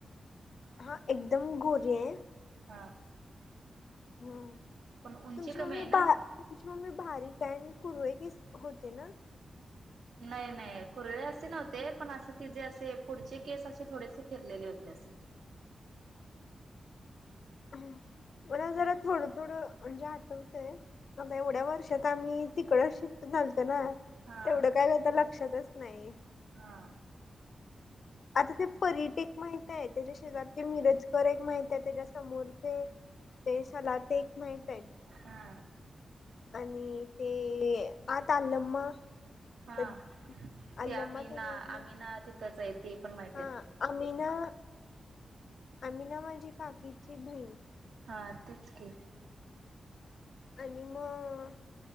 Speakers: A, on the left; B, on the right.
A: हा एकदम गोरीये.
B: हा
A: हम्म,
B: पण उंची
A: तुमची
B: कमी
A: मम्मी
B: आहे ना
A: बा''--'' तुमची मम्मी बारीक आहे कुरवे कीस होते ना.
B: नाही नाही कुरळे असे नव्हते पण असं ति जे असे पुढचे केस असे थोडेसे फिरलेले होते असे.
A: हम, मला जरा थोडं थोडं म्हणजे हठवतंय. आता एवढ्या वर्षात आम्ही तिकड शिफ्ट झालतो ना.
B: हा
A: तेवढं काय करता लक्षातच नाही.
B: हा,
A: आता ते परीट एक माहित आहे. त्याच्या शेजारचे मिरजकर एक माहित आहे. त्याच्या समोरचे. ते सलाते एक माहत आहेत.
B: हा,
A: आणि ते आतालममा.
B: हा
A: त
B: ते
A: अल्म
B: आम्ही
A: त्यांनी
B: ना
A: एक माहिती.
B: आम्ही ना तिथंच आहे ते पण मा''--''
A: हा आमिना आमिना माझी काकीची भईन.
B: हा तेच की,
A: आणि मग.